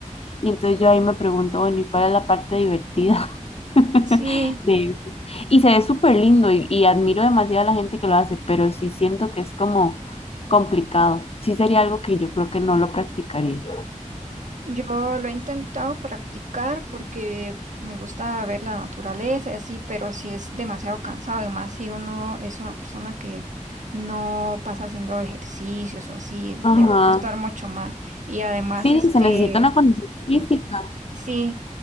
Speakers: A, on the left; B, on the right.
A: Y entonces yo ahí me pregunto, bueno, ¿y cuál es la parte divertida <laughs>
B: Sí.
A: de eso? Y se ve súper lindo y, y admiro demasiado a la gente que lo hace, pero sí siento que es como complicado. Sí sería algo que yo creo que no lo practicaría.
B: Yo lo he intentado practicar porque me gusta ver la naturaleza y así, pero si es demasiado cansado y más si uno es una persona que no pasa haciendo ejercicios o así, es-
A: Ajá.
B: le va a costar mucho más. Y además,
A: Sí,
B: este,
A: se necesita una condición física.
B: sí,